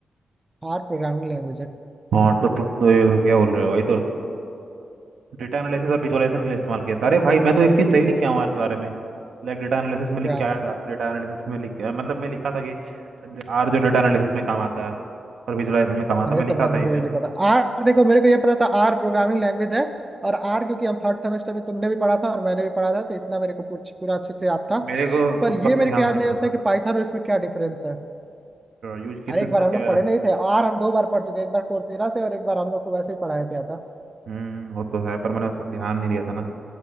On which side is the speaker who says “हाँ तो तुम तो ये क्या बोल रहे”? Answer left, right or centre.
Right